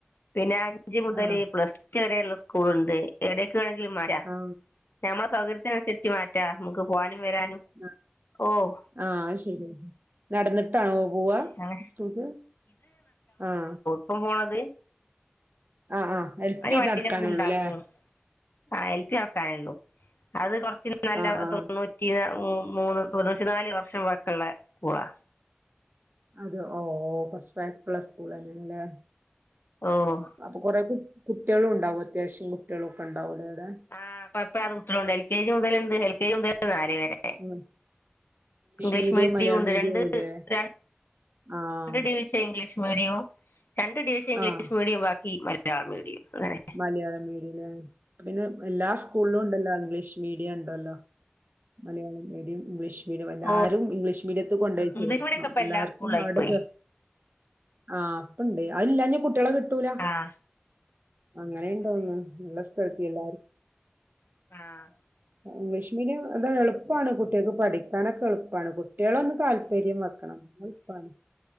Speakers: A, on the left; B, on the right.
A: പിന്നെ അഞ്ച് മുതല്
B: ആ
A: പ്ലസ് ടു വരെയുള്ള സ്കൂള് ഉണ്ട് എവിടേക്ക് വേണെങ്കിലും വരാം
B: ആ
A: ഞമ്മടെ സൗകര്യത്തിന് അനുസരിച്ച് മാറ്റാം നമുക്ക് പോകാനും വരാനും-
B: ആഹ്
A: ഓഹ്
B: ആഹ് ശരി നടന്നിട്ടാണോ പോവാ
A: അങ്ങനെ
B: സ്കൂൾക്ക് ആഹ
A: പ്പം പോണത്
B: ആഹ് ആഹ് എൽപി
A: അവര് വണ്ടിയിലൊക്കെ
B: നടക്കാനൊള്ളൂലേ
A: ഉണ്ടാക്കും ആ എൽ പി നടക്കാനോള്ളൂ അത് കൊറച്ച് നല്ല
B: ആ ആ
A: തൊണ്ണൂ റ്റി മൂന്ന് തൊണ്ണൂറ്റി നാല് വർഷം പഴക്കള്ള സ്കൂളാ
B: അതെ ഓഹ് കൊർച്പയകള്ള സ്കൂള്ന്നെല്ലേ
A: ഓഹ്
B: അപ്പൊ കൊറേ കു കുട്ട്യാ ളുണ്ടാവും അത്യാവശ്യം കുട്ടികളൊ ഒക്കെണ്ടാവൂലേ അവ്ടെ
A: ആഹ് പപ്പ <unintelligible> എൽ കെ ജി മുതലുണ്ട് എൽ കെ ജി മുതല് നാല് വരെ
B: ഉം
A: ഇംഗ്ലീഷ്
B: മീഡിയവും
A: മീഡിയം
B: മലയാളം
A: ഉണ്ട്
B: മീഡിയവും
A: രണ്ട്
B: അല്ലേ
A: രണ്ട്
B: ആഹ്
A: ഡിവി ഇംഗ്ലീഷ് മീഡിയം രണ്ട് ഡിവിഷം ഇംഗ്ലീഷ്
B: ആഹ്
A: മീഡിയം ബാക്കി മലയാളം മീഡിയം അങ്ങനെ
B: മലയാളം മീഡിയം പിന്നെ എല്ലാ സ്കൂളിലും ഉണ്ടല്ലോ ഇംഗ്ലീഷ് മീഡിയം ഉണ്ടല്ലോ മലയാളം മീഡിയം ഇംഗ്ലീഷ് എല്ലാരും
A: ഓ
B: ഇംഗ്ലീഷ് മീഡിയത്ത് കൊണ്ടച്ചേർക്കണം
A: ഇംഗ്ലീഷ് മീഡിയം ഒക്കെ ഇപ്പൊ
B: എല്ലാവർക്കും
A: എല്ലാ സ്കൂളിലായിപ്പോയി
B: അവിടെ ആ ഇപ്പോ ഇണ്ട് അത് ഇല്ലാ കുട്ടികളെ കിട്ടൂല
A: ആഹ്
B: അങ്ങനെണ്ടോന്ന് നല്ല സ്രദ്ധഉണ്ടാകും
A: ആഹ്
B: ഇംഗ്ലീഷ് മീഡിയം അതെളുപ്പമാണ് കുട്ടികൾക്ക് പഠിക്കാനൊക്കെ എളുപ്പമാണ് കുട്ടികളൊന്ന് താല്പര്യം താല്പര്യംവെക്കണം അത് എളുപ്പാണ്